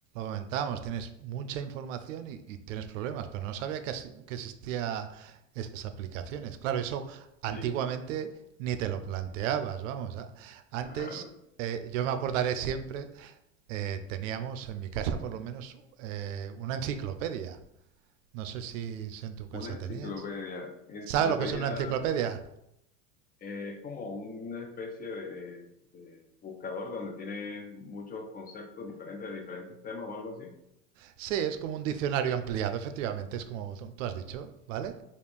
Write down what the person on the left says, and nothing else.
sí,
claro.
Una enciclopedia.
Enciclopedia
eh, es como una especie de, de buscador donde tiene muchos conceptos diferentes de diferentes temas o algo así.